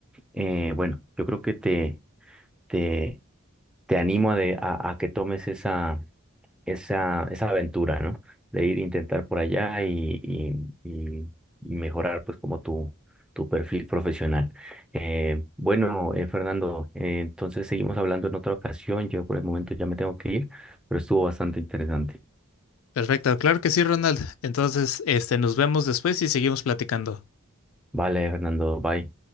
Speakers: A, in the centre; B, on the left (about 75°).
A: Eh, bueno, yo creo que te, te, te animo a, de- a, a que tomes esa, esa, esa aventura, ¿no? De ir a intentar por allá y, y- y- y mejorar, pues, como tu, tu perfil profesional. Eh, bueno, eh, Fernando, eh, entonces seguimos hablando en otra ocasión. Yo por el momento ya me tengo que ir, pero estuvo bastante interesante.
B: Perfecto, claro que sí, Ronald. Entonces, este, nos vemos después y seguimos platicando.
A: Vale, Fernando, bye.